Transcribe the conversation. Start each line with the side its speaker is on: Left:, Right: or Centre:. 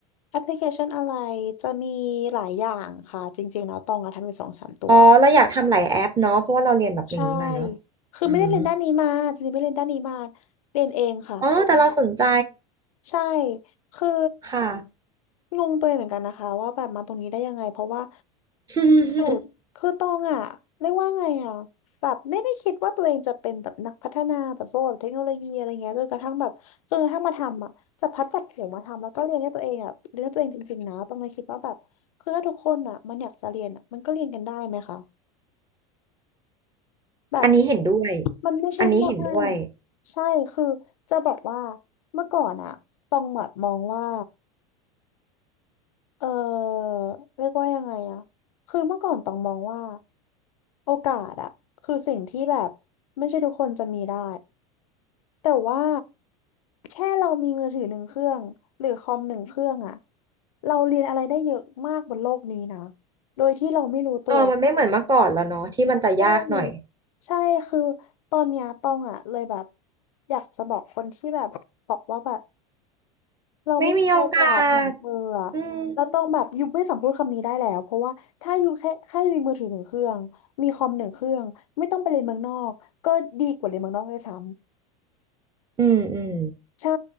Left: แอปพลิเคชันอะไรจะมีหลายอย่างค่ะจริงๆแล้วตองอะทำอยู่สองสามตัว
Right: อ๋อเราอยากทำหลายแอปเนาะเพราะว่าเราเรียนแบบนี้มาเนาะ
Left: ใช่คือไม่ได้เรียนด้านนี้มาจริงๆไม่ได้เรียนด้านนี้มา
Right: อืม
Left: เรียนเองค่ะ
Right: อ๋อแต่เราสนใจ
Left: ใช่คือ
Right: ค่ะ
Left: งงตัวเองเหมือนกันนะคะว่าแบบมาตรงนี้ได้ยังไงเพราะว่า
Right: <laughs>
Left: สุดคือตองอ่ะเรียกว่าไงอ่ะแบบไม่ได้คิดว่าตัวเองจะเป็นแบบนักพัฒนาแบบพวกแบบเทคโนโลยีอะไรเงี้ยจนกระทั่งแบบจนกระทั่งมาทำอ่ะจะพัดจัดเขียงมาทำแล้วก็เรียนให้ตัวเองอ่ะเรียนให้ตัวเองจริงๆนะตองเลยคิดว่าแบบคือถ้าทุกคนอ่ะมันอยากจะเรียนอ่ะมันก็เรียนกันได้ไหมคะแบบ
Right: อันนี้เห็นด้วย
Left: มันไม่ใช่แค่อ้าง
Right: อันนี้เห็นด้วย
Left: ใช่คือจะบอกว่าเมื่อก่อนอ่ะตองแบบมองว่า เออเรียกว่ายังไงอะคือเมื่อก่อนต้องมองว่าโอกาสอะคือสิ่งที่แบบไม่ใช่ทุกคนจะมีได้แต่ว่าแค่เรามีมือถือหนึ่งเครื่องหรือคอมหนึ่งเครื่องอะเราเรียนอะไรได้เยอะมากบนโลกนี้นะโดยที่เราไม่รู้ตัว
Right: เออมันไม่เหมือนเมื่อก่อนแล้วเนาะที่มันจะยากหน่อย
Left: ใช่ใช่คือตอนเนี้ยตองอ่ะเลยแบบอยากจะบอกคนที่แบบบอกว่าแบบ เราไม่มีโอกาสเหมือนเธออะเราต้องแบบยูไม่สามารถพูดคำนี้ได้แล้วเพราะว่าถ้ายูแค่แค่ยูมีมือถือหนึ่งเครื่องมีคอมหนึ่งเครื่องไม่ต้องไปเรียนเมืองนอกก็ดีกว่าเรียนเมืองนอกด้วยซ้
Right: ไม่มีโอกาสอืมอืมอืม
Left: ใช่